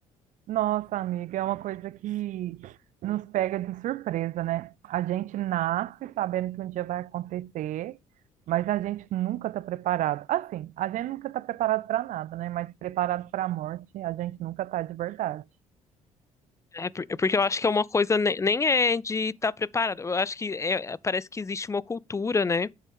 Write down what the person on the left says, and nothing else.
É por- é porque eu acho que é uma coisa ne- nem é de estar preparado. Eu acho que é- é, parece que existe uma cultura, né,